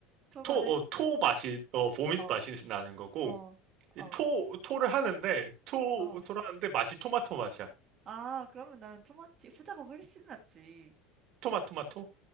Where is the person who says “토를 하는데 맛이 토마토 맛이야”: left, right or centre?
Right